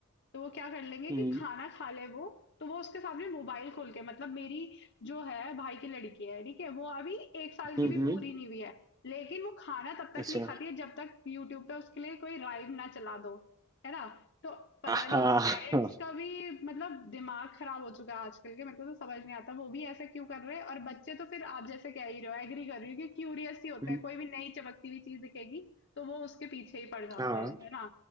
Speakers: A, on the left; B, on the right.
A: तो वो क्या कर लेंगे
B: हम्म
A: कि खाना खा ले वो तो वो उसके सामने मोबाइल खोल के मतलब मेरी जो है भाई की लड़की है ठीक है वो अभी एक साल
B: हम्म
A: की भी
B: हम्म,
A: पूरी नहीं हुई है लेकिन वो खाना तब
B: अच्छा
A: तक नहीं खाती है जब तक यूट्यूब पे उसके लिए कोई राइम ना चला दो है ना तो पता
B: हाँ
A: नहीं पेरेंट्स का भी मतलब दिमाग खराब हो चुका है आजकल के मेरे को तो समझ नहीं आता वो भी ऐसा क्यों कर रहे हैं और बच्चे तो फिर आप जैसे कह ही रहे हो एग्री कर रही हो कि क्यूरियस ही होते
B: हम्म,
A: हैं कोई भी नई चमकती हुई चीज दिखेगी तो वो उसके पीछे ही पड़ जाते
B: हाँ
A: हैं है ना